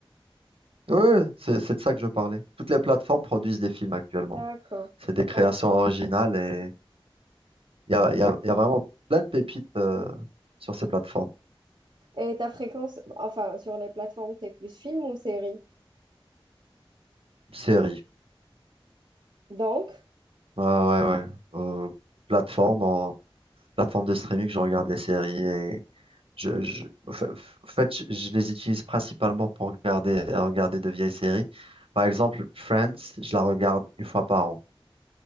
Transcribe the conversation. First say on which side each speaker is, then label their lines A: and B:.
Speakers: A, on the right; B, on the right.
A: Oui oui, c'est c'est de ça que je parlais. Toutes les plateformes produisent des films actuellement.
B: D'accord,
A: C'est des créations
B: d'accord.
A: originales et il y a, il y a- il y a vraiment plein de pépites euh, sur ces plateformes.
B: Et ta fréquence, enfin, sur les plateformes, t'es plus film ou série?
A: Séries.
B: Donc,
A: Ah ouais, ouais. Euh, plateforme, en, plateforme de streaming, je regarde les séries et je, je, en fa- en fait, je, je les utilise principalement pour regarder, regarder de vieilles séries. Par exemple, Friends, je la regarde une fois par an.